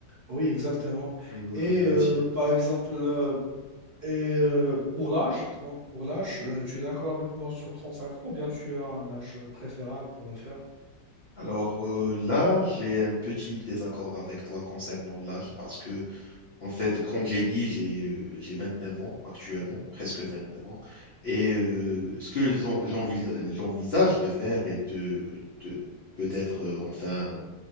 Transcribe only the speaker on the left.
exactement,
les siens.
Alors euh, là, j'ai un petit désaccord avec toi concernant l'âge parce que En fait, comme j'ai dit, j'ai euh, j'ai 29 ans actuellement, presque 29 ans. Et euh, ce que j'en- j'envis- j'envisage de faire est de, de peut-être euh, enfin